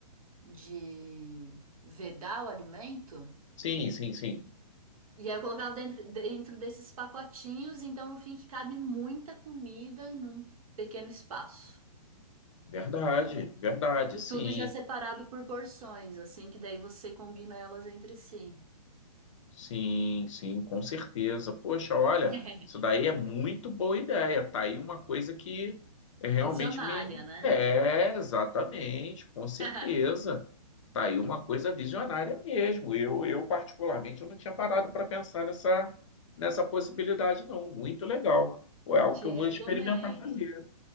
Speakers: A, on the right; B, on the left.
A: de vedar o alimento.
B: sim, sim. sim.
A: E aí eu colocava dentro, dentro desses pacotinhos, então no fim que cabe muita comida num pequeno espaço.
B: Verdade, verdade,
A: E
B: sim.
A: tudo já separado por porções, assim que daí você combina elas entre si.
B: Sim, sim, com certeza. Poxa, olha,
A: <laughs>
B: isso daí é muito boa ideia. Tá aí uma coisa que é
A: Visionária,
B: realmente me.
A: né?
B: É, exatamente, com certeza.
A: <laughs>
B: Tá aí uma coisa visionária mesmo. Eu, eu particularmente, eu não tinha parado para pensar nessa, nessa possibilidade, não. Muito legal. Pô, É algo
A: Te
B: que eu
A: recomendo.
B: vou experimentar fazer.